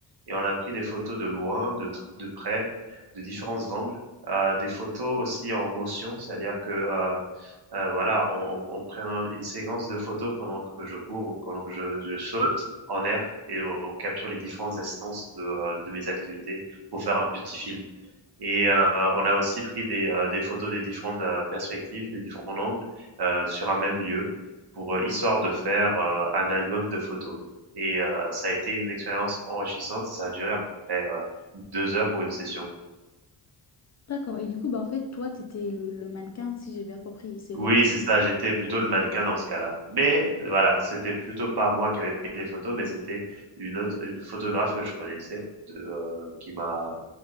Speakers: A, on the right; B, on the left.
A: et on a pris des photos de loin, de, t- de près, de différents angles, euh, des photos aussi en motion, c'est-à-dire que euh, Euh, voilà, on, on prend une séquence de photos pendant que je cours ou pendant que je, je saute en air et on, on capture les différentes instances de, euh, de mes activités pour faire un petit film. Et euh, on a aussi pris des, euh, des photos des différentes euh, perspectives, des différents angles euh, sur un même lieu pour euh, histoire de faire euh, un album de photos. Et euh, ça a été une expérience enrichissante et ça a duré à peu près euh, deux heures pour une session.
B: D'accord. Et du coup bah en fait toi t'étais le, le mannequin si j'ai bien compris et c'est
A: Oui,
B: l'autre.
A: c'est ça, j'étais plutôt le mannequin dans ce cas-là. Mais euh, voilà, c'était plutôt pas moi qui avait pris les photos, mais c'était une autre une photographe que je connaissais de, heu, qui m'a